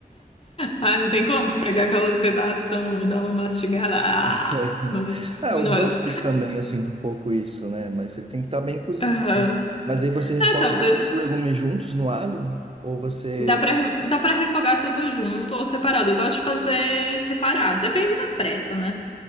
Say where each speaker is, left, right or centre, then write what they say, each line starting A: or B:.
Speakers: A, on the left; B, on the right.
A: ah, não tem como tu pegar aquela pedação e dar uma mastigada. Ah,
B: <laughs>
A: nojo,
B: Ah,
A: nojo.
B: o brócolis também eu sinto um pouco isso, né? Mas ele tem que estar bem cozidinho.
A: Aham.
B: Mas aí você refoga
A: É, talvez.
B: todos os legumes juntos no alho? Ou você.
A: Dá pra, re- dá pra refogar tudo junto ou separado. Eu gosto de fazer separado. Depende da pressa, né?